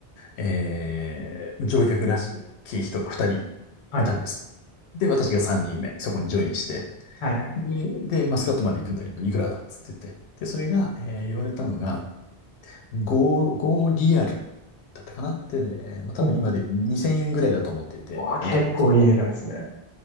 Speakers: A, on the left; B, on the left.
A: えー、乗客らしき人が2人
B: はい
A: いたんです。で、私が3人目、そこにジョインして、
B: はいはいはい
A: で、でマスカットまで行くんだけど、いくらだっつって言って。で、それが、えー言われたのが、5、5リアルだったかなで、えーまあ、多分今で2000円ぐらいだと思っていて、
B: おおー結構いい値段ですね
A: いいと思うんですけど、